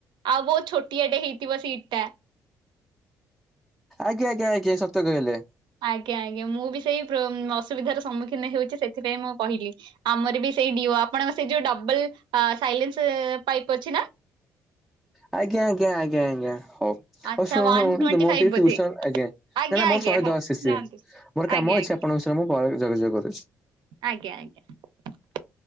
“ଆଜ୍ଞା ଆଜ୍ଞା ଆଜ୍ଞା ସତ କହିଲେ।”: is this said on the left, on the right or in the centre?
Centre